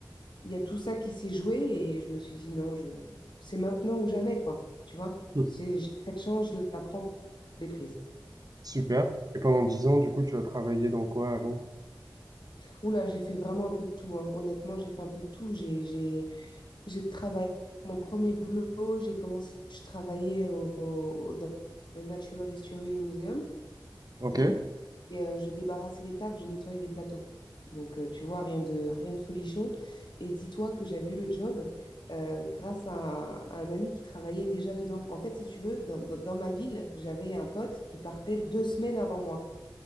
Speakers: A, on the left (about 70°); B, on the right (about 50°).
A: il y a tout ça qui s'est joué et je me suis dit non, je... c'est maintenant ou jamais, quoi. Tu vois,
B: <laughs>
A: J'ai- j'ai cette chance, je la prends, je l'ai prise.
B: Super. Et pendant 10 ans, du coup, tu as travaillé dans quoi à Londres?
A: Oula, j'ai fait vraiment un peu de tout, hein. Honnêtement, j'ai fait un peu de tout. J'ai, j'ai, j'ai travaillé mon premier boulot, j'ai commencé, je travaillais au, au- dans le Natural History Museum
B: Ok.
A: et euh, je débarrassais les tables, je nettoyais des plateaux. Donc, euh, tu vois, rien de, rien de folichon. Et dis-toi que j'avais eu le job euh, grâce à, un à un ami qui travaillait déjà dedans. En fait, si tu veux, dans, dans- dans ma ville, j'avais un pote qui partait deux semaines avant moi.